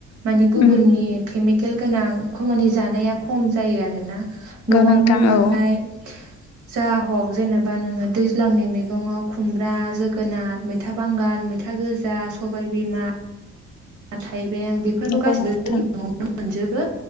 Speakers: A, on the right (about 85°); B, on the left (about 60°).
A: मानि
B: नोंगौ
A: गुबुननि केमिकेल गोनांखौ मानि जानाया खम जायो आरो ना न'आवनो
B: नोंथां
A: मोननाय।
B: औ
A: जा हग जेनेबा नोङो दैज्लांनि मैगङाव खुमब्रा जोगोनार मैथा बांगाल मैथा गोजा सबाय बिमा थाइबें बेफोरखौ
B: नंगौ
A: गासैबो
B: नोंथां
A: जोंनि न'आवनो मोनजोबो